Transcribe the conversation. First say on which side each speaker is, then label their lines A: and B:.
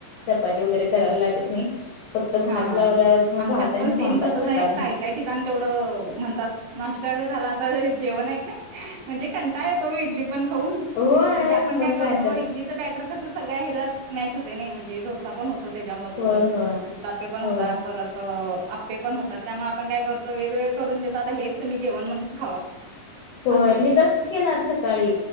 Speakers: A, on the left; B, on the right.
A: चपाती वगैरे करायला लागत नाही. फक्त भात
B: हा हा
A: लावल्यावर मग
B: आमच्यात
A: भात आणि
B: पण
A: सांबार
B: सेम तसच
A: खातात
B: आहे काही
A: मग.
B: काय ठिकाण तेवढं म्हणतात नाश्ता जर झालात. तर हे जेव नाही आहे का. म्हणजे कंटाळ येतो इडली पण खाऊन
A: होय
B: म्हणजे आपण
A: मग
B: काय करतो
A: तर
B: इडलीचं बॅटर कसं सगळं हलाच मॅच होते नाही म्हणजे डोसा पण होतो त्याच्यामधून
A: होय होय.
B: उ तप्पे पण
A: हो
B: होतात परत. आपे पण होतात. त्यामुळे आपण काय करतो वेगवेगळे करून देतो. आता हेच तुम्ही जेवण म्हणून खावा
A: होय
B: असं होतंय
A: मी तसच केलं आज सकाळी